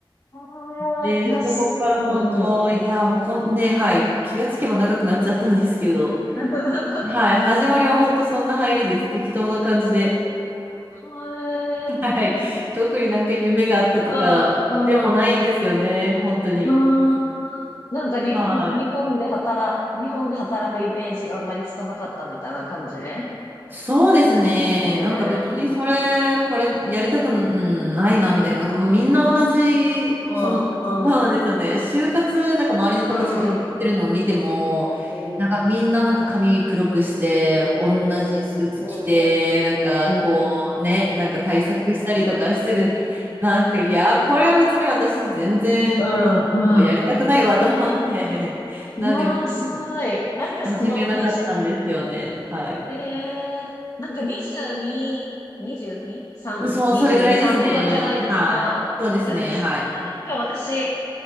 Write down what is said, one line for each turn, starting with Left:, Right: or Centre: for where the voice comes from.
Left: ーいや、
Right: で、そこから本当、
Left: すごい。うんうん。
Right: いや、もうこん、ね、はい、気がつけば長くなっちゃったんですけど、
Left: <laughs>
Right: はい、始まりは本当そんな入りです。適当な感じで。
Left: は
Right: <laughs> はい、
Left: い。
Right: 特になんか夢があったとかでもないんですよね、
Left: うん、うん。
Right: 本当に。
Left: うーん。なんか日本、
Right: はい。
Left: 日本で働、日本で働くイメージがあんまりつかなかったみたいな感じね。
Right: そうですね。
Left: ですよ
Right: なんか別にそれ、
Left: ね。
Right: これやりたく、うん、ないな、みたいな。なんかもうみんな同じ、
Left: うん、
Right: その、そうなんですよね。
Left: うん、
Right: 就活、なんか周りの子たちがやってるのを見ても、
Left: うん、うん、うん、
Right: なんかみんななんか髪黒くして、同じスーツ着て、
Left: うん。うん、
Right: なんかこうね、
Left: うん。
Right: なんか対策したりとかしてて、なんかいや、これは別に私全然、
Left: うん。
Right: なんかやりたくないわと思って、なんでもう
Left: いやー、すごい。なんかそのェ5
Right: 始めなかったんですよね。はい。
Left: へえ、なんか22、22、3、
Right: うんそう、
Left: 22、
Right: それぐらいですね。
Left: 3とかじゃないですか。
Right: はい。そうですね。
Left: え、なんかそんな、
Right: はい。
Left: なんか私、